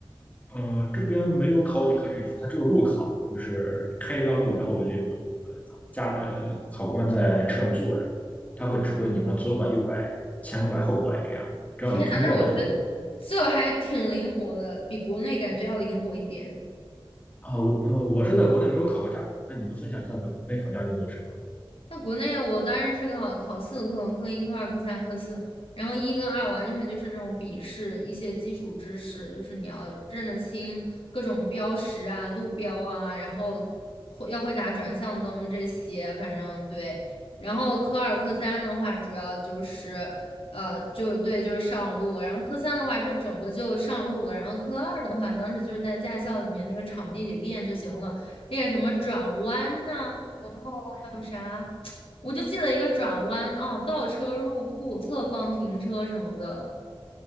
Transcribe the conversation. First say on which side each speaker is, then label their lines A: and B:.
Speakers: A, on the left (about 15°); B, on the left (about 75°).
A: 呃，这边没有考几科这一说，它只有路考，就是开一段路，然后有那个加呃考官在车上坐着，他会指挥你们左拐、右拐、前拐、后拐这样，只要你通过了就是
B: 天呐，那我觉得这还挺灵活的，比国内感觉要灵活一点。
A: 啊，我呃我是在国内没有考过驾照，那你能分享一下国内考驾照的个程
B: 那国内我当时是考考四科，科一、科二、科三、科四，然后一跟二完全就是那种笔试，一些基础知识，就是你要认得清各种标识啊、路标啊，然后会要会打转向灯这些，反正对。然后科二、科三的话，主要就是呃，就对，就是上路。然后科三的话，就整个就上路了。然后科二的话，当时就是在驾校里面那个场地里练就行了，练什么转弯呐、然后还有啥？我就记得一个转弯哦，倒车入库、侧方停车什么的。